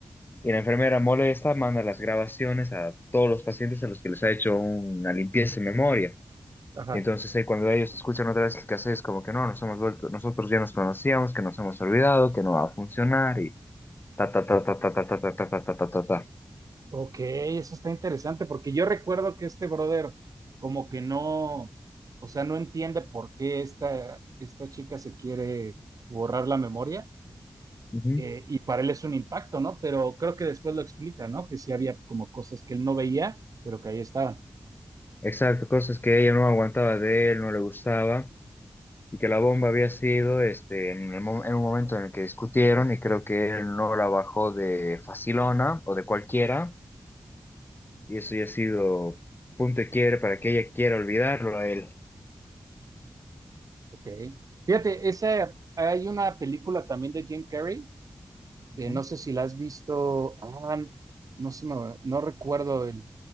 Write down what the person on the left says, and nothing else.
Y la enfermera molesta, manda las grabaciones a todos los pacientes a los que les ha hecho una limpieza de memoria.
Y entonces ahí cuando ellos escuchan otra vez que haces como que no, nos hemos vuelto, nosotros ya nos conocíamos, que nos hemos olvidado, que no va a funcionar y ta ta ta ta ta ta ta ta ta ta ta ta ta ta.
Ujú.
Exacto, cosas que ella no aguantaba de él, no le gustaba y que la bomba había sido este en, el mo- en un momento en el que discutieron y creo que él no la bajó de facilona o de cualquiera y eso ya ha sido punto y quiere para que ella quiera olvidarlo a él.
Ujú.